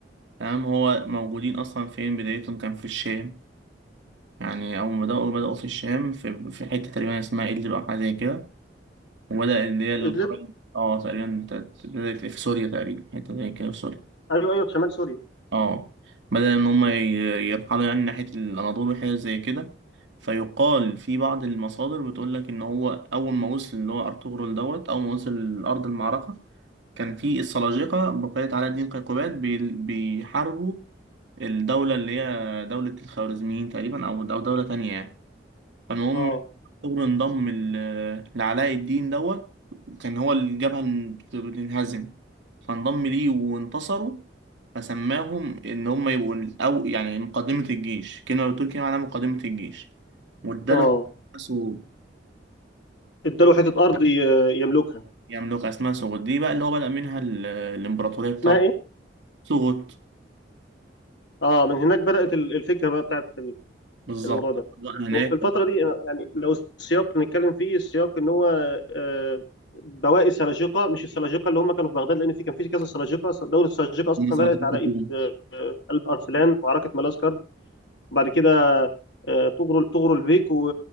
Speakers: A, on the right; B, on the left.
A: تمام هو موجودين اصلا فين بدايتهم كان في الشام يعني اول ما بدأوا بدأوا في الشام في, في حتة تقريبا اسمها إدلب او حاجة زي كده وبدأ اللي هي القبائل
B: إدلب
A: اه تقريبا تت- بدأت في سوريا تقريبا حتة زي كده في سوريا
B: أيوه أيوه في شمال سوريا
A: اه بدل ان هم ي- يرحلوا يعني ناحية الاناضول وحاجة زي كده فيقال في بعض المصادر بتقول لك ان هو اول ما وصل اللي هو ارطغرل دوت اول ما وصل لارض المعركة كان في السلاجقة بقيت علاء الدين قيقباد بي- بيحاربوا الدولة اللي هي دولة الخوارزميين تقريبا او او دولة تانية يعني فالمهم
B: اه
A: ثور انضم ل- لعلاء الدين دوت كان هو الجبهة اللي بت- بتنهزم فانضم ليه وانتصروا فسماهم إن هم يبقوا الأو يعني مقدمة الجيش كلمة بالتركي معناها مقدمة الجيش واداله
B: اه
A: سو-
B: اداله حتة أرض ي- يملكها
A: يملكها اسمها سوغوت دي بقى اللي هو بدأ منها ال- الإمبراطورية بتاعته
B: اسمها إيه؟
A: سوغوت
B: اه من هناك بدأت ال- الفكرة بقى بتاعت ال-
A: بالظبط
B: الموضوع ده
A: بقى هناك
B: وفي الفترة
A: طبعاً.
B: دي آه، يعني لو السياق اللي نتكلم فيه السياق إن هو آه، بواقي السلاجقة مش السلاجقة اللي هم كانوا في بغداد لأن في كان في كذا سلاجقة دولة السلاجقة أصلا
A: هم سبعين
B: بدأت على
A: قرون.
B: إيد آه، قلب أرسلان وعركة ملازكر وبعد كده آه، طغروا طغروا البيك و-